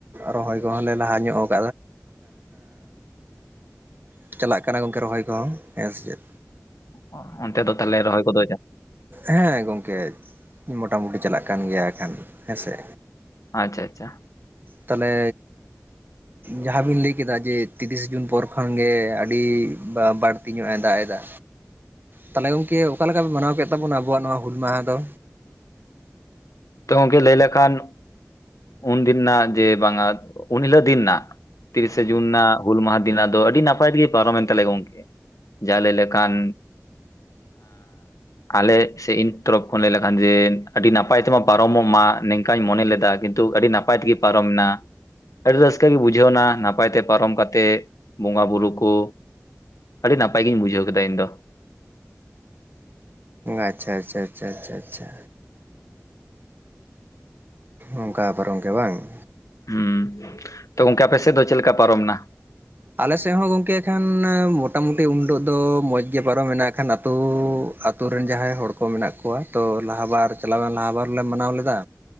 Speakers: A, on the right; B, on the left.
A: ᱨᱚᱦᱚᱭ ᱠᱚᱦᱚᱸ ᱞᱮ ᱞᱟᱦᱟ ᱧᱚᱜ <unintelligible> ᱪᱟᱞᱟᱜ ᱠᱟᱱᱟ ᱜᱚᱢᱠᱮ ᱨᱚᱦᱚᱭ ᱠᱚᱦᱚᱸ ᱦᱮᱸ ᱥᱮ ᱪᱮᱫ?
B: ᱚ ᱚᱱᱛᱮ ᱫᱚ ᱛᱟᱦᱚᱞᱮ ᱨᱚᱦᱚᱭ ᱜᱚᱫ
A: ᱦᱮᱸ ᱜᱚᱝᱠᱮ ᱢᱚᱴᱟ ᱢᱩᱩᱴᱤ ᱪᱟᱞᱟᱜ ᱠᱟᱱ ᱜᱮᱭᱟ ᱮ ᱠᱷᱟᱱ ᱦᱮᱸᱥᱮ᱾
B: ᱟᱪᱪᱷᱟ ᱟᱪᱪᱷᱟ᱾
A: ᱛᱟᱦᱚᱞᱮ ᱡᱟᱦᱟᱸᱵᱤᱱ ᱞᱟᱹᱭ ᱠᱮᱫᱟ ᱡᱮ ᱛᱤᱨᱤᱥ ᱡᱩᱱ ᱯᱚᱨ ᱠᱷᱚᱱᱜ ᱜᱮ ᱟᱹᱰᱤ ᱵᱟᱹᱲᱛᱤ ᱧᱚᱜ ᱮ ᱫᱟᱜ ᱮᱫᱟ ᱛᱟᱦᱚᱞᱮ ᱜᱚᱝᱠᱮ ᱚᱠᱟᱞᱮᱠᱟ ᱯᱮ ᱢᱟᱱᱟᱣ ᱠᱮᱫ ᱛᱟᱵᱚᱱᱟ? ᱟᱵᱳᱣᱟ ᱱᱚᱣᱟᱼᱟ ᱦᱩᱞ ᱢᱟᱦᱟ ᱫᱚ᱾
B: ᱛᱚ ᱜᱚᱢᱠᱮ ᱞᱟᱹᱭ ᱞᱮᱠᱷᱟᱱ ᱩᱱᱫᱤᱱ ᱨᱮᱱᱟᱜ ᱡᱮ ᱵᱟᱝᱟ ᱩᱱ ᱦᱤᱞᱳᱜ ᱫᱤᱱ ᱨᱮᱱᱟᱜ ᱛᱤᱨᱤᱥᱮ ᱡᱩᱱ ᱨᱮᱱᱟᱜ ᱦᱩᱞ ᱢᱟᱦᱟ ᱫᱤᱱᱟᱜ ᱫᱚ ᱟᱹᱰᱤ ᱱᱟᱯᱟᱭ ᱛᱮᱜᱮ ᱯᱟᱨᱚᱢᱮᱱ ᱛᱟᱞᱮᱭᱟ ᱜᱚᱝᱠᱮ᱾ ᱡᱟ ᱞᱮ ᱞᱮᱠᱷᱟᱱ ᱟᱞᱮ ᱥᱮ ᱤᱧ ᱛᱚᱨᱚᱯᱷ ᱠᱷᱚᱱ ᱞᱟᱹᱭ ᱞᱮᱠᱷᱟᱱ ᱡᱮ ᱟᱹᱰᱤ ᱱᱟᱯᱟᱭ ᱛᱮᱢᱟ ᱯᱟᱨᱚᱢᱚᱜ ᱢᱟ ᱱᱤᱝᱠᱟᱧ ᱢᱚᱱᱮ ᱞᱮᱫᱟ ᱠᱤᱱᱛᱩ ᱟᱹᱰᱤ ᱱᱟᱯᱟᱭ ᱛᱮᱜᱮ ᱯᱟᱨᱚᱢᱮᱱᱟ᱾ ᱟᱹᱰᱤ ᱨᱟᱹᱥᱠᱟᱹ ᱜᱮ ᱵᱩᱡᱷᱟᱹᱣ ᱮᱱᱟ ᱱᱟᱯᱟᱭ ᱛᱮ ᱯᱟᱨᱚᱢ ᱠᱟᱛᱮ ᱵᱚᱸᱜᱟ ᱵᱩᱨᱩ ᱠᱚ ᱟᱹᱰᱤ ᱱᱟᱯᱟᱭ ᱜᱤᱧ ᱵᱩᱡᱷᱟᱹᱣ ᱠᱮᱫᱟ ᱤᱧ ᱫᱚ᱾
A: ᱟᱪᱪᱷᱟ ᱟᱪᱪᱷᱟ ᱟᱪᱪᱷᱟ ᱟᱪᱷᱟ ᱟᱪᱪᱷᱟ᱾ ᱚᱱᱠᱟ ᱯᱟᱨ ᱜᱚᱢᱠᱮ ᱵᱟᱝ ᱾
B: ᱦᱩᱸ, ᱛᱚ ᱜᱚᱝᱠᱮ ᱟᱯᱮ ᱥᱮᱫ ᱫᱚ ᱪᱮᱫ ᱞᱮᱠᱟ ᱯᱟᱨᱚᱢᱱᱟ?
A: ᱟᱞᱮ ᱥᱮᱫ ᱦᱚᱸ ᱜᱚᱢᱠᱮ ᱮ ᱠᱷᱟᱱ ᱢᱚᱴᱟᱢᱩᱴᱤ ᱩᱱ ᱦᱤᱞᱳᱜ ᱫᱚ ᱢᱚᱡᱽ ᱜᱮ ᱯᱟᱨᱚᱢᱮ ᱠᱷᱟᱱ ᱟᱹᱛᱩ ᱟᱛᱳ ᱨᱮᱱ ᱡᱟᱦᱟᱸᱭ ᱦᱚᱲ ᱠᱚ ᱢᱮᱱᱟᱜ ᱠᱚᱣᱟ ᱛᱚ ᱞᱟᱦᱟ ᱵᱟᱨ ᱪᱟᱞᱟᱣᱮᱱ ᱞᱟᱦᱟ ᱵᱟᱨ ᱞᱮ ᱢᱟᱱᱟᱣ ᱞᱮᱫᱟ᱾